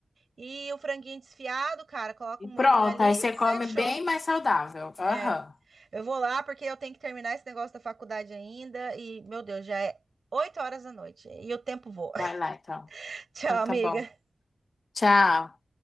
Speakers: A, on the right; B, on the left.
A: e o franguinho desfiado, cara. Coloca
B: E
A: um
B: pronto,
A: molhinho ali,
B: aí você come
A: fechou.
B: bem mais saudável. Aham.
A: É, eu vou lá porque eu tenho que terminar esse negócio da faculdade ainda e, meu Deus, já é oito horas da noite e o tempo voa.
B: Vai lá, então.
A: <laughs> Tchau,
B: Então
A: amiga.
B: tá bom. Tchau.